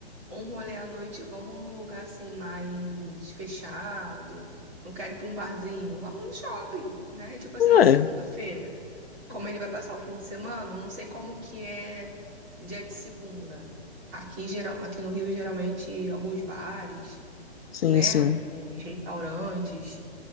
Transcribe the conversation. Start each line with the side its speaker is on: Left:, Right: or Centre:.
Right: um rolê à noite, vamos num lugar assim mais fechado. Não quero ir pra um barzinho, vamos no shopping, né? Tipo assim, na
Left: É,
Right: segunda-feira. Como ele vai passar o fim de semana, não sei como que é dia de segunda. Aqui, geral, aqui no Rio, geralmente, alguns bares,
Left: sim,
Right: né?
Left: sim.
Right: Uns restaurantes